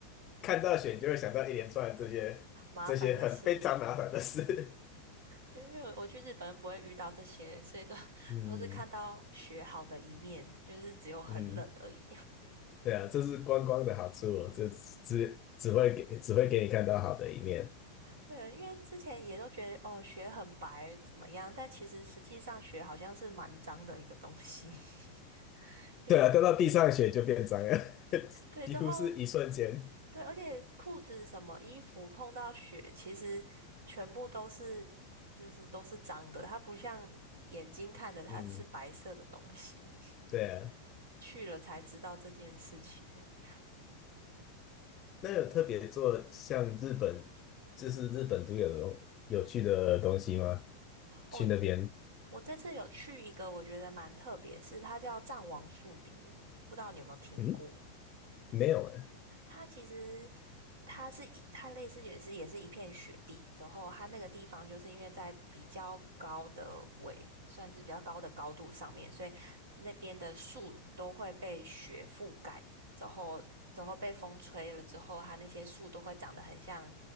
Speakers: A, on the left (about 35°); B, on the right (about 85°).
A: 看到雪你就会想到一连串这些这些很非常麻烦的事。
B: 麻烦的事。对，因为我我去日本不会遇到这些，所以都 <laughs>
A: 嗯
B: 都是看到雪好的一面，就是只有很冷而已。
A: 嗯，对啊，这是观光的好处哦，这只只会给只会给你看到好的一面。
B: <laughs> 对，因为之前也都觉得哦，雪很白怎么样，但其实实际上雪好像是蛮脏的一个东西，<laughs> 就是
A: 对啊，掉到地上血就变脏了，<laughs>
B: 对，
A: 几乎是一瞬间。
B: 之后对，而且裤子什么衣服碰到雪，其实全部都是就是都是脏的，它不像眼睛看的它是白色的东西，
A: 嗯，对啊，
B: <laughs> 去了才知道这件事情。<laughs>
A: 那有特别做像日本，
B: 嗯，
A: 就是日本独有的东有趣的东西吗？
B: 哦，
A: 去那边？
B: 我这次有去一个我觉得蛮特别，是它叫藏王树饼，不知道你有没有听过？
A: 嗯，没有哎。
B: 它其实它是一，它类似也是也是一片雪地，然后它那个地方就是因为在比较高的纬，算是比较高的高度上面，所以那边的树都会被雪覆盖，然后然后被风吹了之后，它那些树都会长得很像